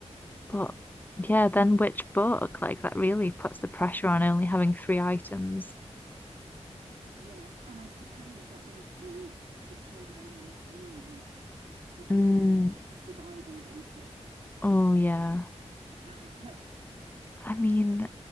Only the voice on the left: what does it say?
but yeah, then
which book? Like that really puts the pressure on only having three items.
Mm,
oh, yeah.
I mean,